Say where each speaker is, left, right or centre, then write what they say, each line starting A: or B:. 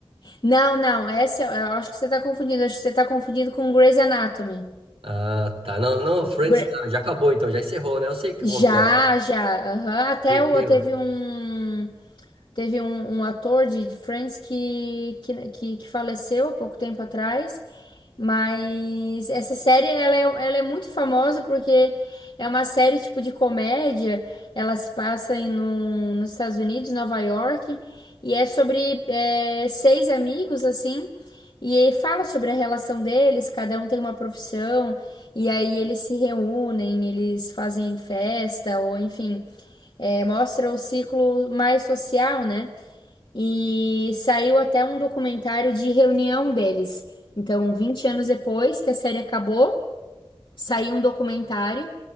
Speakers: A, on the left; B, on the right.
A: Não, não, essa eu eu acho que você tá confundindo. Acho que você tá confundindo com Grey's Anatomy.
B: Ah, tá. Não, não, Friends
A: Gre-
B: ah, já acabou então, já encerrou, né? Eu sei qual
A: Já,
B: que é.
A: já. aham. Até
B: Tem-
A: o,
B: tem
A: teve
B: um-
A: um. Teve um, um ator de de Friends que, que, que, que faleceu há pouco tempo atrás. Mas essa série, ela é, ela é muito famosa porque é uma série tipo de comédia. Ela se passa em, num- nos Estados Unidos, Nova York, e é sobre é, seis amigos, assim, e aí fala sobre a relação deles, cada um tem uma profissão, e aí eles se reúnem, eles fazem festa, ou enfim, é, mostra o ciclo mais social, né? E saiu até um documentário de reunião deles. Então, 20 anos depois que a série acabou, saiu um documentário